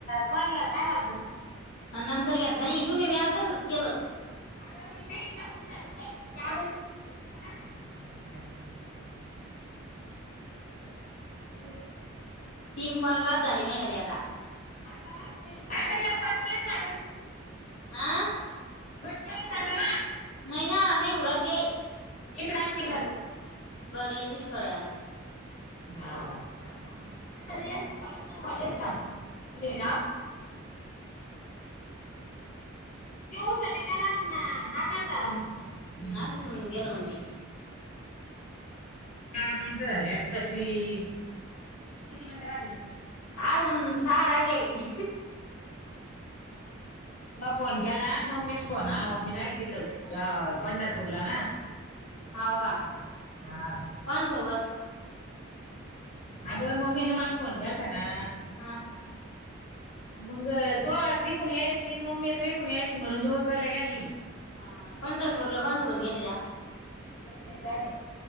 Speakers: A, on the left; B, on the left.
A: कॉल घ्यायला काय झालतं?
B: हं नंतर घेतला नाही तुम्ही बी आज तसच केलं.
A: अग बाई नाही तसं नाही झालं ते त्या व <unintelligible> <inaudible>
B: तीन कॉल बाद झाली, महि आली आता.
A: अगं ते <unintelligible> अगं तेला पाटल्यानं व
B: आं
A: कट केलं जातं ना
B: नाही ना नाही उराल देय
A: इकड आन मी करती.
B: बर येती मी थोड्यान.
A: हा.
B: <unintelligible>
A: <inaudible> <inaudible> त्यो उचलेलाना हा कट झाला म. हम्म,
B: असंच होऊन गेलं म्हणजे
A: चार मिनिटं झाले तशी, किती मिनटं राहतेती?
B: अजून सहा राहिलेय.
A: म फोन केला मम्मीच फोन आला, मम्मी जाईल तिकड पंढरपूरला ना.
B: हाव का
A: हा.
B: कोणा सोबत
A: अग मम्मीन मला फोन केलता ना.
B: हा
A: मग तो तिकून यायशी मम्मीचा इिकून यायशी म्हणून देऊ सरायला गेल नाही.
B: हा पंढरपूरला कोणसोबत गेल्या त्या?
A: दिंडीत जायले.